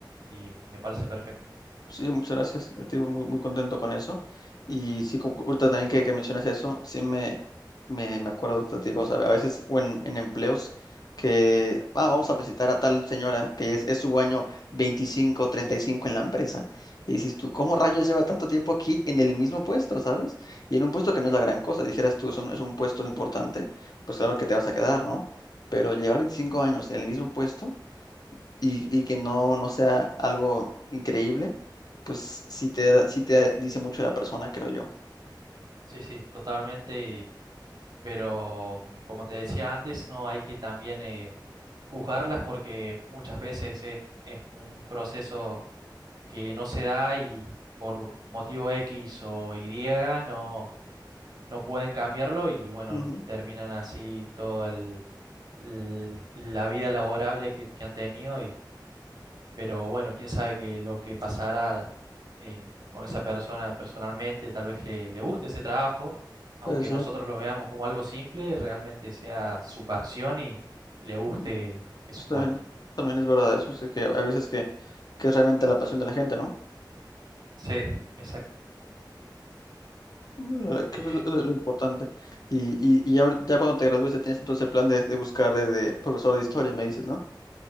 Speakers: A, on the right; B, on the left.
A: y me parece perfecto.
B: Sí, muchas gracias. Estoy muy, muy contento con eso. Y sí, como ahorita también que, que mencionas eso, sí me, me, me acuerdo, te digo, o sea, a veces o en, en empleos que ah, vamos a visitar a tal señora que es, es su año 25, 35 en la empresa. Y dices tú, ¿cómo rayos llevas tanto tiempo aquí en el mismo puesto, sabes? Y en un puesto que no es la gran cosa, dijeras tú, es un, es un puesto importante, pues claro que te vas a quedar, ¿no? Pero llevar 25 años en el mismo puesto y, y que no, no sea algo increíble, pues sí te, da- sí te dice mucho de la persona, creo yo.
A: Sí, sí, totalmente. y- pero mm, como te decía antes, no hay que también eh, juzgarlas porque muchas veces es, es un proceso que no se da y por motivo X o Y no. no pueden cambiarlo y bueno,
B: Ujú,
A: terminan así todo el, el- la vida laborable que, que han tenido y pero bueno, quién sabe que lo que pasará en- con esa persona personalmente, tal vez le, le guste ese trabajo, aunque
B: puede ser.
A: nosotros lo veamos como algo simple, realmente sea su pasión y, y le guste
B: ¿no?
A: su
B: Esto
A: puesto.
B: también, también es verdad eso, sé que hay veces que, que es realmente la pasión de la gente, ¿no?
A: Sí, exacto.
B: Mm, Lo- Creo
A: Eh,
B: que es lo, lo importante. Y, y, y ya, ahor- ya cuando te gradúes, ya tienes entonces el plan de, de buscar de, de profesor de historia, me dices, ¿no?